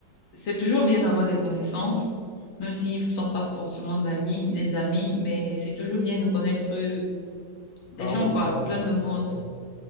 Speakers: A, on the left; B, on the left.
A: c'est toujours bien d'avoir des connaissances, même s'ils ne sont pas forcément d'amis, les amis, mais c'est toujours bien de connaître euh, des
B: Ah
A: gens,
B: oui,
A: quoi,
B: clairement,
A: plein de monde.
B: clairement.